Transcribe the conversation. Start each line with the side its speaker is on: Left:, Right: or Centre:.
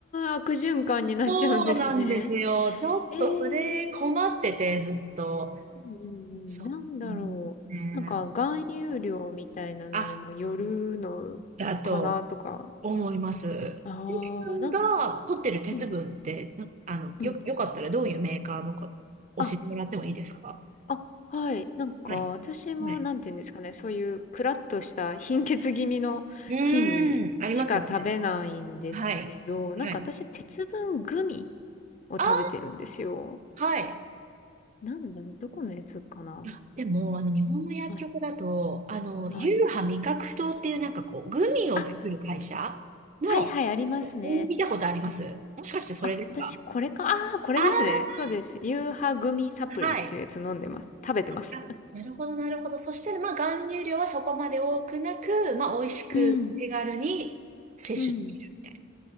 Left: あ、悪循環になっちゃうんですね。
Right: そうなんですよ。ちょっとそれ困ってて、
Left: ええ、うん
Right: ずっと。
Left: うんう
Right: そう。
Left: んなんだろう。
Right: うんね
Left: なんか含有量みたいなのにもよるのかなとか。
Right: あ、あと、思います。
Left: ああ、
Right: 千秋さんが取ってる鉄分って、
Left: なん、うん。
Right: なあの、
Left: うん。
Right: よ、よかったらどういうメーカーのか教えてもらってもいいですか
Left: ああはい。なんか、
Right: はい。
Left: 私も、
Right: はい。
Left: なんていうんですかね、そういう、クラッとした貧血気味の日にしか食べないんですけど、
Right: うーん、ありますよね。はい。
Left: なんか私、
Right: はい。
Left: 鉄分グミを食べてるんですよ。
Right: あー、はい。
Left: なんだ、どこのやつかな
Right: いやでも、あの、日本の薬局だと、
Left: はい。
Right: あの、
Left: はい。
Right: ユーハ味覚糖っていうなんかこう、グミを作る会社の、
Left: あ、はいはい、ありますね。
Right: 見たことありますもしかしてそれですか
Left: あ、私、これか。ああ、これですね。
Right: あ
Left: そうです。ユーハグミサプリっていうやつ飲んでます。
Right: あー、はい。
Left: 食べてます。
Right: あなるほど、なるほど。そしたら、まあ、含有量はそこまで多くなく、まあ、美味しく手軽に摂取できるみたい
Left: うん。うん。